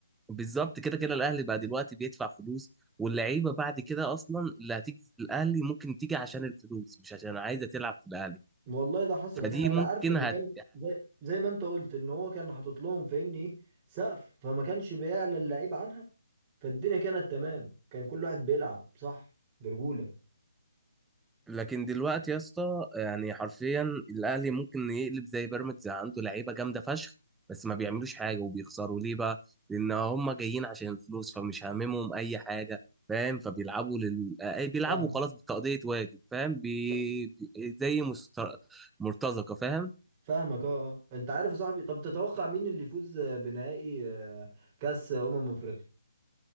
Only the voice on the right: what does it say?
والله ده حصل
دي حقيقه
عارف لما
كان زي زي ما انت قلت ان هو كان حاطط لهم فاهمني ايه سقف فما كانش بيعلى اللعيب عنها فالدنيا كانت تمام كان كل واحد بيلعب صح برجوله
فاهم
ف-
فاهمك اه آه. انت عارف يا صاحبي طب تتوقع مين اللي يفوز بنهائي آه، كاس امم افريقيا